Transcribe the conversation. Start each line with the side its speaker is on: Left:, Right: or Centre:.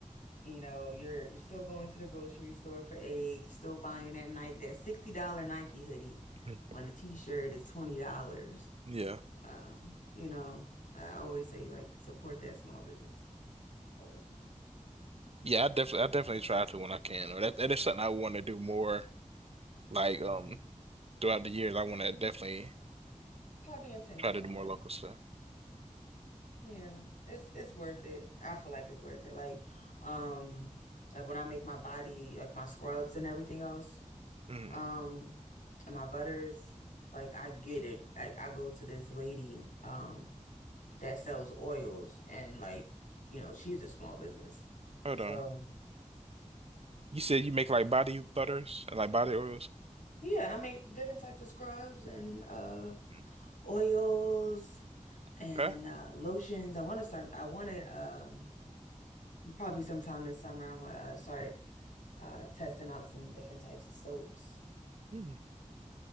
Left: you know you're you're still going to the grocery store for eggs still buying that Nike that $60 Nike hoodie
Right: Mm.
Left: when a t-shirt is $20
Right: Yeah.
Left: Uh, you know, I always say like support that small business. Always.
Right: Yeah, I definitely I definitely try to when I can. Or that that is something I want to do more like
Left: Yeah.
Right: um throughout the years. I want to definitely
Left: Gotta be intentional
Right: try to do
Left: with
Right: more
Left: it.
Right: local stuff.
Left: Yeah. It's it's worth it. I feel like it's worth it. Like, um, like when I make my body, like my scrubs and everything else,
Right: Mhm.
Left: um, and my butters, like I get it. Like I go to this lady, um, that sells oils and like, you know, she's a small business.
Right: Hold
Left: So
Right: on. You said you make like body butters and like body oils?
Left: yeah, I make different types of scrubs and uh
Right: Mm,
Left: oils and
Right: Okay.
Left: uh, lotions. I want to start. I want to um probably sometime this summer. I'm gonna uh, start uh testing out some different types of soaps.
Right: Hmm.